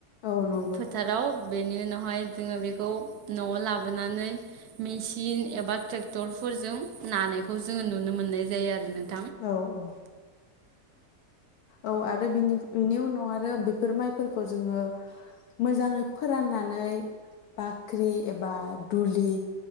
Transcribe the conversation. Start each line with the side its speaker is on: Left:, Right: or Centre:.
Left: औ नंगौ
Right: फोथाराव बेनि उनावहाय जोंङो बेखौ न आव लाबोनानै मेसिन एबा ट्रेक्टरफोरजों नानायखौ जोंङो नुनो मोनो मोननाय जायो आरो ना
Left: <inaudible> औ औ औ आरो बेनि उनाव आरो बेफोर माइफोरखौ जोंङो मोजांङै फोराननानै बाख्रि एबा दुलि